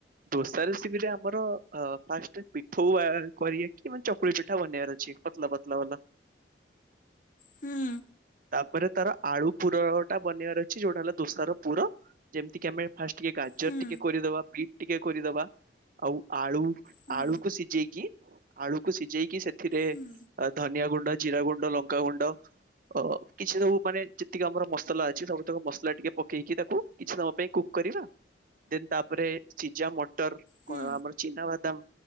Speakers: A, on the right; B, on the left.
A: ଦୋସା ରେସିପିରେ ଆମର ଫାଷ୍ଟ୍ ପିଠଉ କରିବା କି ଚକୁଳି ପିଠା ବନେଇବାର ଅଛି। ପତଲା ପତଲା ବାଲା।
B: ହୁଁ
A: ତାପରେ ତାର ଆଳୁ ପୁରଟା ବନେଇବାର ଅଛି ଯୋଉଟା ହେଲା ଦୋସାର ପୁର। ଯେମିତି କି ଆମେ ଫାଷ୍ଟ୍ ଟିକେ ଗାଜର
B: ହୁଁ
A: ଟିକେ କୋରିଦେବା ବିଟ୍ ଟିକେ କୋରିଦେବା। ଆଉ ଆଳୁ
B: ହୁଁ
A: ଆଳୁକୁ ସିଝେଇକି ଆଳୁକୁ ସିଝେଇକି ସେଥିରେ
B: ହୁଁ।
A: ଧନିଆ ଗୁଣ୍ଡ, ଜିରା ଗୁଣ୍ଡ, ଲଙ୍କାଗୁଣ୍ଡ, ଅ କିଛି ସବୁ ମାନେ ଯେତିକି ଆମର ମସଲା ଅଛି ସବୁତକ ମସଲା ଟିକେ ପକେଇକି ତାକୁ କିଛି ସମୟ ପାଇଁ କୁକ୍ କରିବା। ଦେନ୍ ତା ପରେ ସିଝା ମଟର,
B: ହୁଁ
A: କଣ ଆମର ଚିନା ବାଦାମ